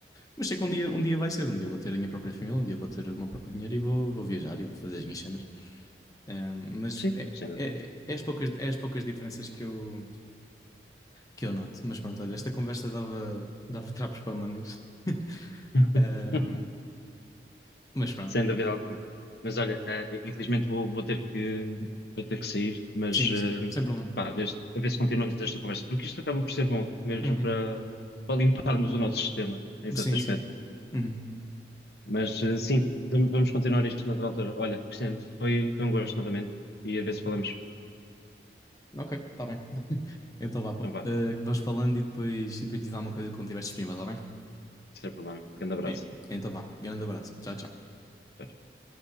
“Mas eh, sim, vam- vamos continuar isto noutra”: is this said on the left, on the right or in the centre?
Left